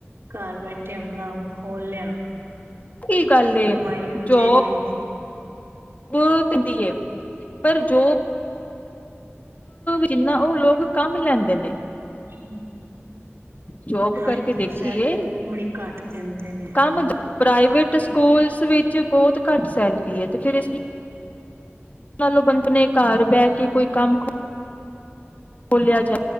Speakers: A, on the right; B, on the left.
A: ਘਰ ਬੈਠੇ ਆਪਣਾ ਖੋਲ ਲਿਆ।
B: ਕੀ ਗੱਲ ਏ
A: ਕਮਾਈ ਵੀ ਬਥੇਰੀ
B: ਜੋ
A: ਇਹਨਾਂ
B: ਪੁਤਰ <inaudible> ਦੀ ਐ ਪਰ ਜੋ ਜਿੰਨਾ ਉਹ ਲੋਕ ਕੰਮ ਲੈਂਦੇ ਦਿਨੇ
A: ਹੂੰ,
B: ਜੋਬ
A: ਹਾਂਜੀ
B: ਕਰਕੇ ਦੇਖੀਏ
A: ਸੈਲ ਦੀ ਉਮੜੀ ਘੱਟ ਦਿੰਦੇ ਨੇ
B: ਕੰਮ ਪ੍ਰਾਈਵੇਟ ਸਕੂਲਸ ਵਿੱਚ ਬਹੁਤ ਘੱਟ ਸੈਲਰੀ ਹੈ ਤੇ ਫਿਰ ਇਸ ਚਲੋ ਬੰਦੇ ਨੇ ਘਰ ਬਹਿ ਕੇ ਕੋਈ ਕੰਮ ਖੋਲਿਆ ਜਾ